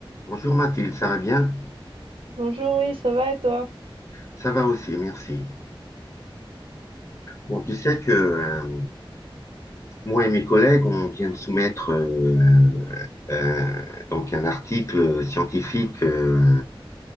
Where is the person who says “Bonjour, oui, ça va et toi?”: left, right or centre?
Right